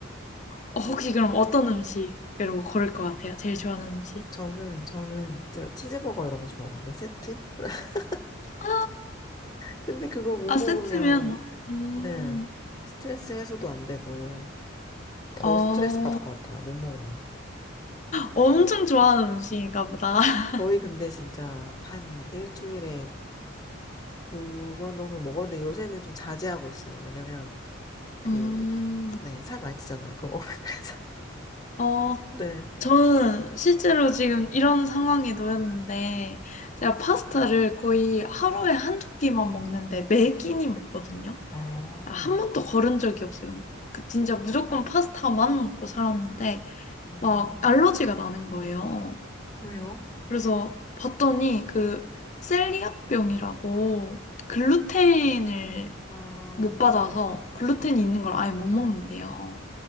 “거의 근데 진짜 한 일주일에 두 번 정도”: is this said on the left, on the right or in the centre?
Left